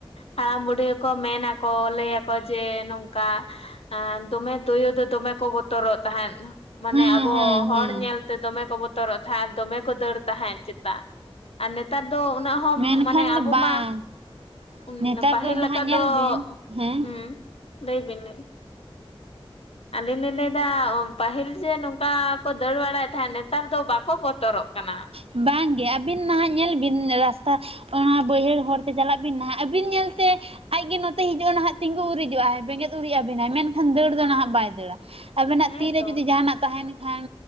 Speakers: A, on the left; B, on the right.
A: ᱦᱟᱲᱟᱢ ᱵᱩᱰᱦᱷᱤ ᱠᱚ ᱠᱚ ᱢᱮᱱᱟᱠᱚ ᱞᱟᱹᱭ ᱟᱠᱚ ᱡᱮ ᱱᱚᱝᱠᱟ ᱮ ᱫᱚᱢᱮ ᱛᱩᱭᱩ ᱫᱚ ᱫᱚᱢᱮ ᱠᱚ ᱵᱚᱛᱚᱨᱚᱜ ᱛᱟᱦᱮᱸᱫ, ᱢᱟᱱᱮ
B: ᱦᱮᱸ
A: ᱟᱵᱚ
B: ᱦᱮᱸ
A: ᱦᱚᱲ
B: ᱦᱮᱸ
A: ᱧᱮᱞᱛᱮ ᱫᱚᱢᱮ ᱠᱚ ᱵᱚᱛᱚᱨᱚᱜ ᱛᱟᱦᱮᱸᱫ ᱟᱨ ᱫᱚᱢᱮ ᱠᱚ ᱫᱟᱹᱲ ᱛᱟᱦᱮᱸᱫ ᱪᱮᱛᱟ᱾ ᱟᱨ ᱱᱮᱛᱟᱨ ᱫᱚ ᱩᱱᱟᱹᱜ ᱦᱚᱸ
B: ᱢᱮᱱᱠᱷᱟᱱ
A: ᱢᱟᱱᱮ
B: ᱫᱚ
A: ᱟᱵᱚ
B: ᱵᱟᱝ
A: ᱢᱟ ᱩᱸ
B: ᱱᱮᱛᱟᱨ
A: ᱯᱟᱹᱦᱤᱞ
B: ᱱᱟᱦᱟᱜ
A: ᱞᱮᱠᱟ
B: ᱧᱮᱞ
A: ᱫᱚ
B: ᱵᱤᱱ ᱦᱮᱸ
A: ᱦᱩᱸ ᱞᱟᱹᱭ ᱵᱤᱱ ᱞᱟᱹᱭ ᱟᱹᱞᱤᱧ ᱞᱤᱧ ᱞᱟᱹᱭ ᱫᱟ ᱯᱟᱹᱦᱤᱞ ᱡᱮ ᱱᱚᱝᱠᱟ ᱠᱚ ᱫᱟᱹᱲ ᱵᱟᱲᱟᱭᱮᱫ ᱛᱟᱦᱮᱸᱫ ᱱᱮᱛᱟᱨ ᱫᱚ ᱵᱟᱠᱚ ᱵᱚᱛᱚᱨᱚᱜ ᱠᱟᱱᱟ᱾
B: ᱵᱟᱝᱜᱮ ᱟᱹᱵᱤᱱ ᱱᱟᱦᱟᱜ ᱧᱮᱞ ᱵᱤᱱ ᱨᱟᱥᱛᱟ ᱚᱱᱟ ᱵᱟᱹᱭᱦᱟᱹᱲ ᱦᱚᱨᱛᱮ ᱪᱟᱞᱟᱜ ᱵᱤᱱ ᱱᱟᱦᱟᱜ ᱟᱹᱵᱤᱱ ᱧᱮᱞᱛᱮ ᱟᱡᱜᱮ ᱱᱚᱛᱮ ᱦᱤᱡᱩᱜ-ᱟ ᱱᱟᱦᱟᱜ ᱛᱤᱸᱜᱩ ᱩᱨᱤᱡᱚᱜ ᱟᱭ ᱵᱮᱸᱜᱮᱫ ᱩᱨᱤᱡ ᱟᱵᱤᱱᱟᱭ ᱢᱮᱱᱠᱷᱟᱱ ᱫᱟᱹᱲ ᱫᱚ ᱱᱟᱦᱟᱜ ᱵᱟᱭ ᱫᱟᱹᱲᱟ᱾ ᱟᱵᱮᱱᱟᱜ
A: ᱦᱮᱸ
B: ᱛᱤᱨᱮ
A: ᱛᱚ
B: ᱡᱩᱫᱤ ᱡᱟᱦᱟᱱᱟᱜ ᱛᱟᱦᱮᱱ ᱠᱷᱟᱱ